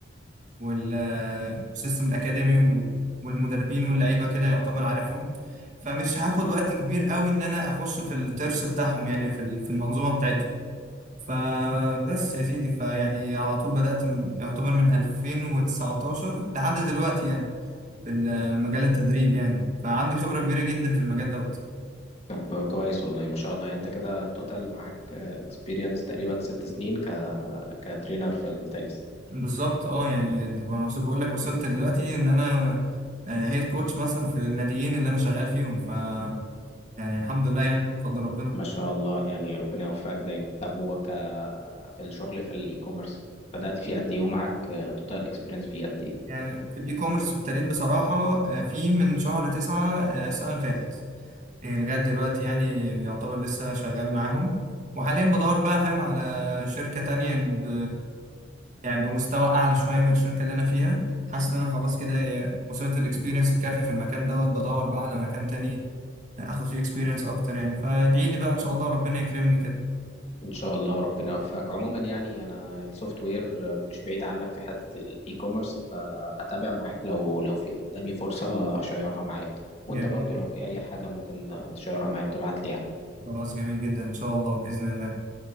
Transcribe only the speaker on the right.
وال- والسيستم الأكاديمي و- والمدربين واللعيبة كده يعتبر عارفهم فمش هاخد وقت كبير قوي إن أنا أخش في الترس بتاعهم يعني في ال- في المنظومة بتاعتهم فبس يا سيدي فيعني على طول بدأت من يعتبر من 2019 لحد دلوقتي يعني بالمجال التدريب يعني فعندي خبرة كبيرة جدا في المجال دوت
بالظبط اه يعني بقول لك وصلت دلوقتي ان انا هيد كوتش مثلا في الناديين اللي انا شغال فيهم ف يعني الحمد لله يعني بفضل ربنا
يعني في الاي كوميرس ابتديت بصراحة آه، في من شهر تسعة آه، السنة اللي فاتت يعني لغاية دلوقتي يعني يعتبر لسه شغال معاهم وحاليا بدور بقى فاهم على شركة تانية ب... يعني بمستوى أعلى شوية من الشركة اللي أنا فيها حاسس إن أنا خلاص كده آه، وصلت الإكسبيرينس الكافية في المكان دوت بدور بقى على مكان تاني آه، آخد فيه إكسبيرينس أكتر يعني فادعي لي بقى إن شاء الله ربنا يكرمني كده
جميل
جدا
خلاص جميل جدا إن شاء الله بإذن الله